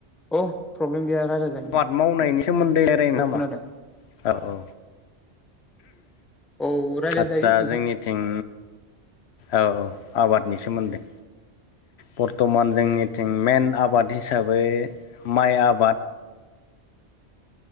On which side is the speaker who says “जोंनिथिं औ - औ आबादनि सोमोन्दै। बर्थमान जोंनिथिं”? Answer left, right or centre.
Left